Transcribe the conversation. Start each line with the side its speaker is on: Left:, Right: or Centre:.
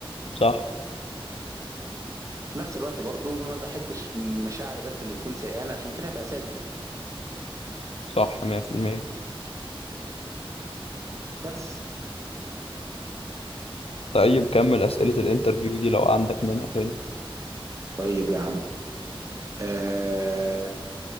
Left: صح
Right: في نفس الوقت برضو ما بحبش مشاعري بس اللي تكون سيئانة عشان كده هبقى ساذج
Left: صح 100%
Right: بس
Left: طيب كمل أسئلة الانترفيو دي لو عندك منها تاني
Right: طيب يا عم آه...